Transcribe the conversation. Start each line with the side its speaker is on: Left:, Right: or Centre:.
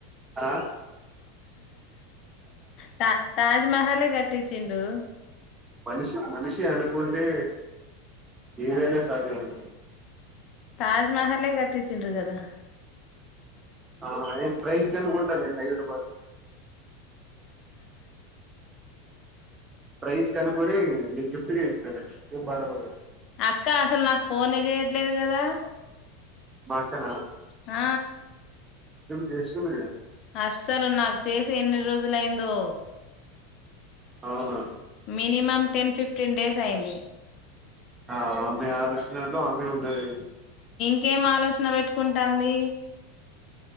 Right: ఆ
Left: తా తాజ్మహలే కటిచ్చిడు
Right: మనిషి మనిషి అనుకుంటే ఏదైనా సాధ్యం ఉ
Left: తాజ్మహల్లే కట్చ్చంరూ కదా
Right: అ ప్రైస్ కనుకుంటాలే హైదరాబాద్ ప్రైజ్ కను కోని నీకు గిఫ్ట్గ ఇస్తేలె ఏం బాధపడకు
Left: అక్క అసలు నాకు ఫోనే చేయట్లేదు కదా
Right: మా అక్కన
Left: ఆ
Right: చేస్తుందిగా
Left: అస్సలు నాకు చేసి ఎన్ని రోజులయిందో
Right: అవునా
Left: మినిమం టెన్ ఫిఫ్టీన్ డేస్ అయింది
Right: ఆ ఆమె ఆలోచనలో ఆమె ఉన్నది
Left: ఇంకేం ఆలోచన పెట్టుకుంటాంది